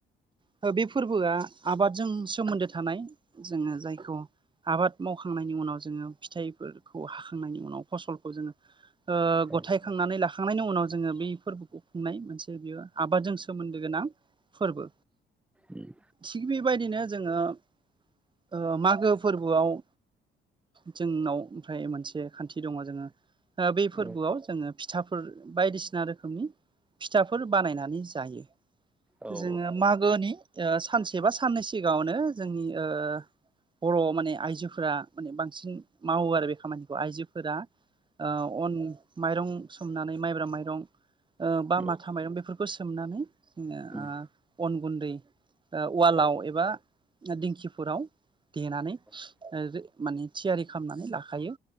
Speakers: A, on the right; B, in the centre.
A: दा बे फोरबोआ आबादजों सोमोन्दो थानाय जोङो जाय। खौ आबाद मावखांनायनि उनाव जोङो फिथाइफोरखौ हाखांनायनि उनाव फसलखौ जोङो। ओ
B: औ
A: गथायखांनानै
B: उम
A: ला खांनायनि उनाव जोङो बै फोरबोखौ खुंनाय मोनसे बियो आबादजों सोमोन्दो गोनां। फोरबो
B: उम
A: थिग बेबायदिनो जोङो ओ माग गुआव जोंनाव ओमफ्राय मोनसे खान्थि दङ जोङो। ओ बे
B: औ
A: फोरबोआव जोङो फिथाफोर बायदिसिना रोखोमनि फिथा फोर बानायनानै जायो
B: औ औ
A: जोङो मागोनि। ओ सानसे बा साननै सिगाङावनो जोंनि ओ बर' माने आइजोफोरा माने बांसिन मावो आरो बे खामानिखौ आइजोफोरा ओ अन माइरं सोमनानै माइब्रा माइरं। ओ बा माथा
B: औ औ
A: माइरं बेफोरखौ सोमनानै नो ओ
B: उम औ उम
A: अन गुन्दै ओ उवालाव
B: औ
A: एबा दिंखिफोराव। देनानै
B: औ
A: ओ जो माने थियारि खालामनानै लाखायो।